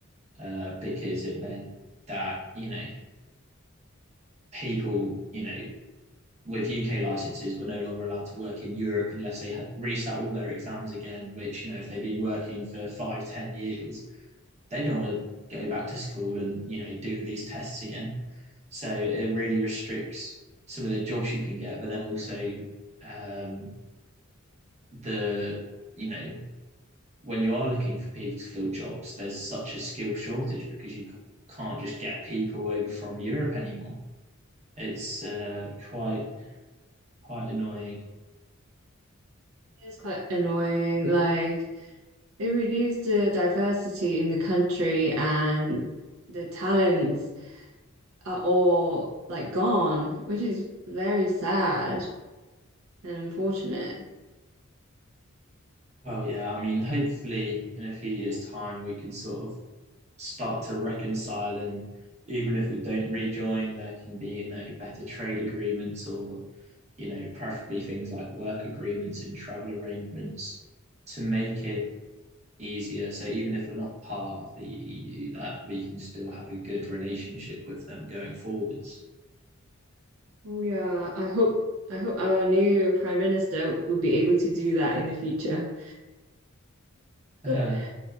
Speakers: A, on the right; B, on the right.
A: uh, because it meant that, you know, people, you know, with UK licenses were no longer allowed to work in Europe unless they had resat all their exams again, which, you know, if they've been working for five, ten years, they don't want to go back to school and you know do these tests again. So it really restricts some of the jobs you can get, but then also um, the you know when you are looking for people to fill jobs, there's such a skill shortage because you can't just get people over from Europe anymore. It's uh, quite quite annoying.
B: It's quite annoying. Like It reduced the diversity in the country and the talents are all like gone, which is very sad and unfortunate.
A: Well, yeah, I mean, hopefully in a few years' time we can sort of start to reconcile and even if we don't rejoin there can be you know better trade agreements or you know preferably things like work agreements and travel arrangements to make it easier so even if we're not part of the EU that we can still have a good relationship with them going forwards
B: Oh yeah, I hope I hope our new prime minister would be able to do that in the future. <laughs> But
A: uh,